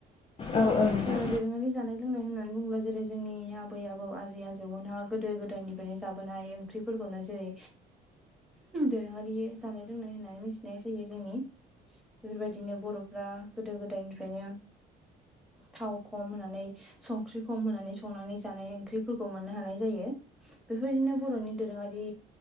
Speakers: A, on the left; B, in the centre.
A: औ औ नोंथां
B: ओ दोरोङारि जानाय लोंनाय होननानै बुङोब्ला जेरै जोंनि आबै आबौ आजै आजौमोनहा गोदो गोदायनिफ्रायनो जाबोनाय ओं ओंख्रिफोरखौनो जेरै दोरोङारि जानाय लोंनाय होननानै मिथिनाय जायो जोंनि। बेफोरबायदिनो बर'फ्रा गोदो गोदायनिफ्रायनो थाव खम होनानै संख्रि खम संनानै जानाय ओंख्रिफोरखौ मोननो हानाय जायो। बेफोरबायदिनो बर'नि दोरोङारि